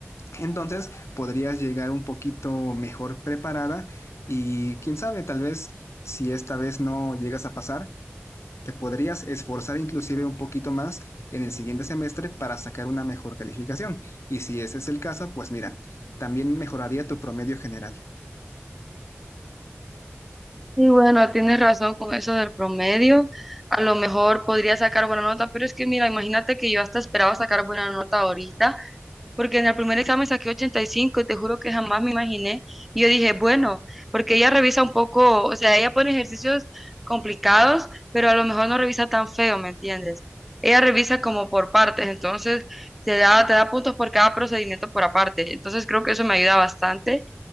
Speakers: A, on the left; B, in the centre.
A: Entonces podrías llegar un poquito mejor preparada y quién sabe, tal vez si esta vez no llegas a pasar, te podrías esforzar inclusive un poquito más en el siguiente semestre para sacar una mejor calificación. Y si ese es el caso, pues mira, también mejoraría tu promedio general.
B: Y bueno, tienes razón con eso del promedio. A lo mejor podría sacar buena nota, pero es que mira, imagínate que yo hasta esperaba sacar buena nota ahorita, porque en el primer examen saqué 85 y cinco y te juro que jamás me imaginé. Y yo dije, bueno, porque ella revisa un poco, o sea, ella pone ejercicios complicados, pero a lo mejor no revisa tan feo, ¿me entiendes? Ella revisa como por partes, entonces te da, te da puntos por cada procedimiento por aparte. Entonces creo que eso me ayuda bastante